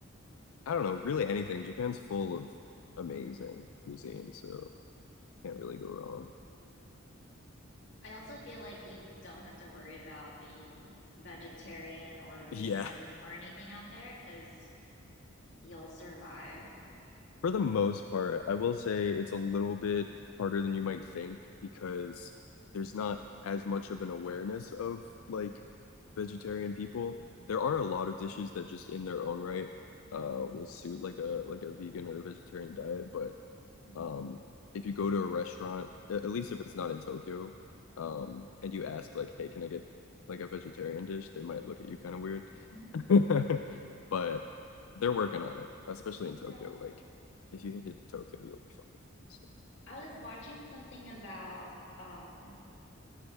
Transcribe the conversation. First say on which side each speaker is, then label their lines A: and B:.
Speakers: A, on the left (about 80°); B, on the left (about 55°).
A: I don't know, really anything. Japan's full of amazing cuisine, so can't really go wrong.
B: I also feel like you don't have to worry about being vegetarian or
A: Yeah,
B: vegan or anything out there because you'll survive.
A: for the most part, I will say it's a little bit harder than you might think because there's not as much of an awareness of like vegetarian people. There are a lot of dishes that just in their own right uh will suit like a like a vegan or a vegetarian diet, but
B: Mm.
A: um if you go to a restaurant at least if it's not in Tokyo um and you ask like hey can I get like a vegetarian dish they might look at you kind of weird
B: <laughs>
A: <laughs> but they're working on it especially
B: Yeah.
A: in Tokyo like if you hit Tokyo you'll be fine So,
B: I was watching something about um